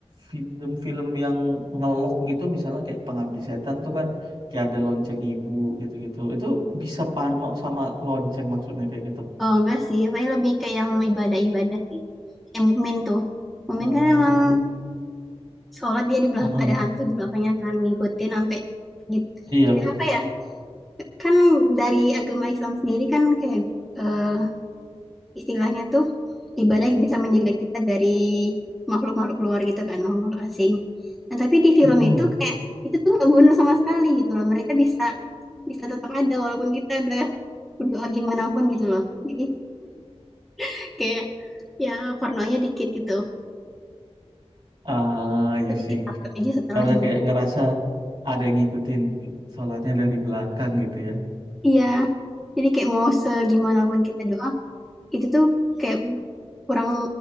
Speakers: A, on the right; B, in the centre.
A: film-film yang ngelok gitu misalnya kayak Pengabdi Setan tuh kan kayak ada lonceng ibu gitu-gitu. Itu bisa parno sama lonceng maksudnya kayak gitu.
B: Oh enggak sih, paling lebih kayak yang ibadah-ibadah sih. Kayak mukmin tuh. Mukmin
A: Oh.
B: kan emang sholat dia di belakang
A: Heeh.
B: ada hantu di belakangnya kan ngikutin sampai gitu.
A: Iya.
B: Kayak apa ya? Kan dari agama Islam sendiri kan kayak eh, istilahnya tuh ibadah yang bisa menjaga kita dari makhluk-makhluk luar gitu kan, makhluk asing. Nah, tapi di film
A: Heeh.
B: itu kayak itu tuh nggak guna sama sekali gitu loh. Mereka bisa bisa tetap ada walaupun kita udah berdoa gimana pun gitu loh. Jadi <laughs> kayak ya pornonya dikit gitu
A: Ah, ya
B: sedikit
A: sih.
B: takut aja setelahnya
A: Karena kayak ngerasa ada yang ngikutin sholatnya dari belakang gitu ya.
B: iya jadi kayak mau segimana pun kita doa itu tuh kayak kurang